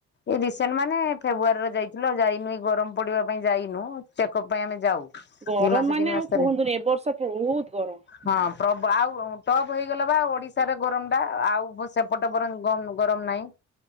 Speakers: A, on the left; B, on the right.
A: ଏଇ ରିସେଣ୍ଟ ମାନେ ଫେବୃୟାରୀରେ ଯାଇଥିଲ ଆଉ ଯାଇନୁ ଗରମ ପଡିବା ପାଇଁ ଯାଇନୁ। ଚେକଅପ୍ ପାଇଁ ଆମେ ଯାଉ
B: ଗରମ
A: ଦି ମାସ
B: ମାନେ
A: ତିନି
B: ଆଉ
A: ମାସ ଥରେ।
B: କୁହନ୍ତୁନି ଏ ବର୍ଷ ବହୁତ ଗରମ
A: ହଁ ଆଉ ଟପ୍ ହେଇଗଲା ବା ଓଡିଶାରେ ଗରମ ଟା ଆଉ ସେପଟେ <inaudible> ଗ ଗରମ ନାହିଁ